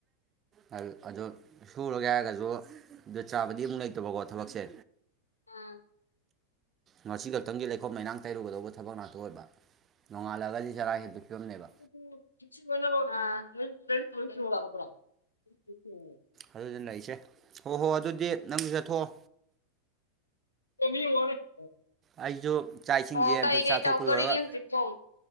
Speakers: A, on the right; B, on the left.
A: ꯑ ꯑꯗꯨ ꯁꯨꯔꯒꯦ ꯍꯥꯏꯔꯒꯖꯨ ꯖꯨꯗ ꯆꯥꯕꯗꯤ ꯑꯃꯨꯛ ꯂꯩꯇꯕꯀꯣ ꯊꯕꯛꯁꯦ
B: ꯎꯝ
A: ꯉꯁꯤ ꯈꯛꯇꯪꯒꯤ ꯂꯩꯈꯣꯝ ꯂꯩꯅꯥꯡ ꯇꯩꯔꯨꯒꯗꯧꯕ ꯊꯕꯛ ꯅꯥꯛꯇ ꯑꯣꯏꯕ ꯅꯣꯡꯉꯥꯜꯂꯒꯗꯤ ꯆꯔꯥ ꯍꯦꯟꯕ ꯐꯤꯕꯝꯅꯦꯕ
B: <unintelligible>
A: ꯑꯗꯨꯗꯤ ꯅꯩꯁꯦ ꯍꯣ ꯍꯣ ꯑꯗꯨꯗꯤ ꯅꯪꯁꯨ ꯆꯠꯊꯣꯛꯑꯣ
B: <unintelligible>
A: ꯑꯩꯖꯨ ꯆꯥꯛ ꯏꯁꯤꯡꯖꯦ
B: ꯑꯣ ꯀꯔꯤ
A: ꯑꯝꯇ
B: ꯀꯔꯤ
A: ꯆꯥꯊꯣꯛꯄ
B: ꯇꯧꯗꯣꯔꯤꯒꯦ
A: ꯂꯣꯔꯒ
B: ꯍꯧꯖꯤꯛꯄꯣ